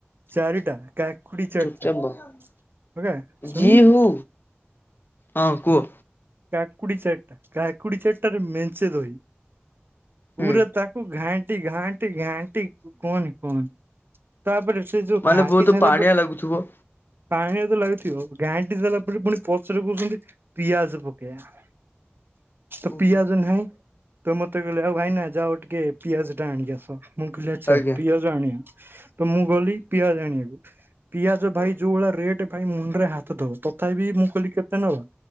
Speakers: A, on the right; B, on the left.
A: ଚାରିଟା କାକୁଡି ଚାର୍ଟା
B: ଚୁପଚାପ
A: ବଗା
B: ବ
A: ଶୁଣୁନ୍‌
B: ଯିଏ ହଉ ହଁ କୁହ।
A: କାକୁଡି ଚାରିଟା କାକୁଡି ଚାରିଟା ମେଞ୍ଚେ ଦହି
B: ହୁଁ
A: ପୁରା ତା ଘାଣ୍ଟି ଘାଣ୍ଟି ଘାଣ୍ଟି କୁହନି କୁହନି। ତାପରେ ସେ ଯଉ
B: ମାନେ
A: ଘାଣ୍ଟି
B: ବହୁତ
A: ସାଇଲା
B: ପାଣିଆ
A: ପରେ
B: ଲାଗୁଥିବ
A: ପାଣିଆ ତ ଲାଗୁଥିବ ଗାଣ୍ଟି ସାରିଲା ପରେ ପୁଣି ପଛରେ କହୁଛନ୍ତି ପିଆଜ ପକ୍ <unintelligible>
B: ଓହୋ
A: ପିଆଜ ନାହିଁ। ତ ମୋତେ କହିଲେ ଆଉ ଭାଇନା ଯାଅ ଟିକେ ପିଆଜ ଟା ଆଣିକି ଆସ ମୁଁ କହିଲି ଆଚ୍ଛା
B: ଆଜ୍ଞା
A: ପିଆଜ ଆଣିବା। ତ ମୁଁ ଗଲି ପିଆଜ ଆଣିବାକୁ ପିଆଜ ଭାଇ
B: ଏଇ
A: ଯୋଉ ଭଳିଆ ରେଟ୍ ପାଇଁ ମୁଣ୍ଡ ରେ ହାତ ଦବ ତଥାପି ମୁଁ କହିଲି କେତେ ନବ